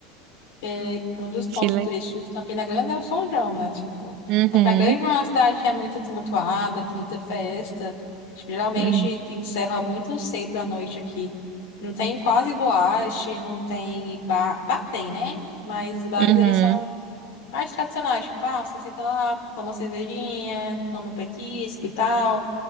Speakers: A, on the left (about 75°); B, on the right (about 50°).
A: Porque um dos pontos
B: Que legal.
A: turísticos de Campina Grande é o São João, né? Tipo,
B: Uhum,
A: Campina Grande é uma cidade que é muito tumultuada, com muita festa. Geralmente
B: uhum,
A: encerra muito cedo da noite aqui. Não tem quase boate, não tem bar. Bar tem, né? Mas os bares,
B: uhum,
A: eles são mais tradicionais. Tipo, ah, você senta lá, toma uma cervejinha, toma um petisco e tal.